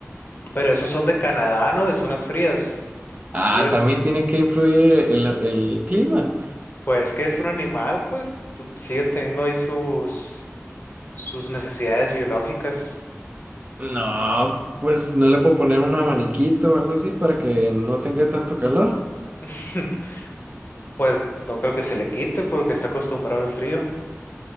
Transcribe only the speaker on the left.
Pero esos son de Canadá, ¿no? De zonas frías.
Dios,
pues que es un animal, pues tú- sigue teniendo ahí sus, sus necesidades biológicas.
<laughs> Pues no creo que se le quite porque está acostumbrado al frío.